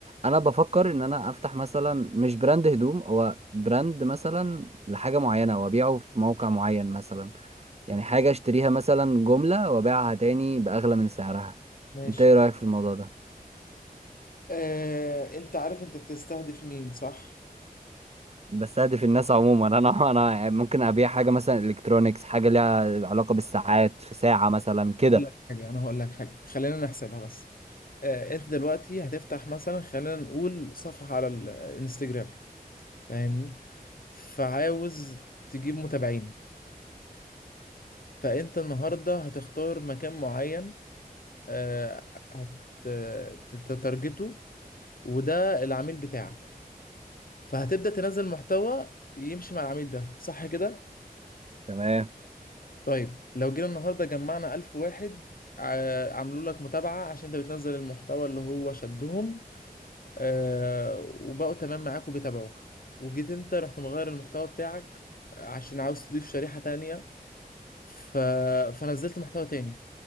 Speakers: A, on the right; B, on the left.
A: انا بفكر ان انا افتح مثلا مش براند هدوم هو براند مثلا لحاجة معينة وابيعه في موقع معين مثلا يعني حاجة اشتريها مثلا جملة وابيعها تاني بأغلى من سعرها
B: ماشي
A: انت ايه رأيك في الموضوع ده
B: آه، انت عارف انت بتستهدف مين صح
A: بستهدف الناس عموما <laughs> انا انا يعني ممكن ابيع حاجة مثلا الكترونيكس حاجة ليها علاقة بالساعات في ساعة مثلا كده
B: هقول لك حاجة أنا هقول لك حاجة خلينا نحسبها بس آه، أنت دلوقتي هتفتح مثلا خلينا نقول صفحة على الانستجرام فاهمني فعاوز تجيب متابعين فأنت النهاردة هتختار مكان معين آه، هت- تتارجته وده العميل بتاعك فهتبدأ تنزل محتوى يمشي مع العميل ده صح كده؟
A: تمام
B: طيب لو جينا النهاردة جمعنا ألف واحد ع- عملوا لك متابعة عشان انت بتنزل المحتوى اللي هو شدهم آه وبقوا تمام معاك وبيتابعوك وجيت انت رحت مغير المحتوى بتاعك عشان عاوز تضيف شريحة تانية ف... فنزلت محتوى تاني